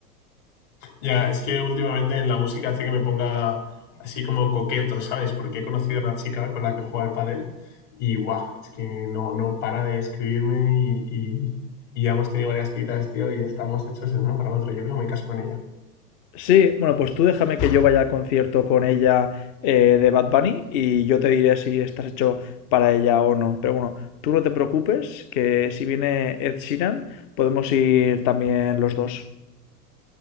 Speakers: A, on the left; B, on the left.
A: Ya, es que últimamente la música hace que me ponga así como coqueto, ¿sabes? Porque he conocido a una chica con la que juega al pádel y guau, es que no, no para de escribirme y, y- y ya hemos tenido varias citas, tío, y estamos hechos el uno para el otro. Yo creo que no me caso con ella.
B: Sí, bueno, pues tú déjame que yo vaya al concierto con ella eh, de Bad Bunny y yo te diré si estás hecho para ella o no. Pero bueno, tú no te preocupes, que si viene Ed Sheeran, podemos ir también los dos.